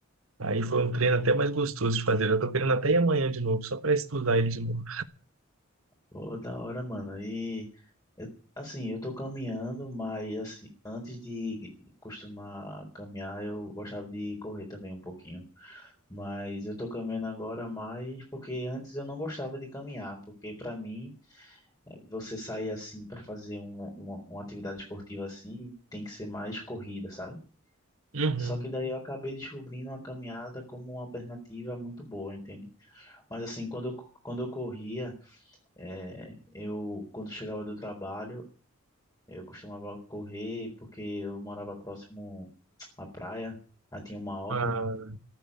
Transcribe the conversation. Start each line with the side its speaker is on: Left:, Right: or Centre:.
Right: Aí foi um treino até mais gostoso de fazer. Eu tô querendo até ir amanhã de novo, só para estudar ele de novo.
Left: ô, ô, da hora, mano. E, eu- assim, eu tô caminhando, mas, assim, antes de costumar caminhar, eu gostava de correr também um pouquinho. Mas eu tô caminhando agora mais porque antes eu não gostava de caminhar, porque pra mim, eh, você sair assim pra fazer uma, uma, uma atividade esportiva assim, tem que ser mais corrida, sabe?
Right: Uhum.
Left: Só que daí eu acabei descobrindo a caminhada como uma alternativa muito boa, entende? Mas assim, quando eu, quando eu corria, eh, eu quando chegava do trabalho, eu costumava correr porque eu morava próximo à praia, aí tinha uma orla,
Right: Ah,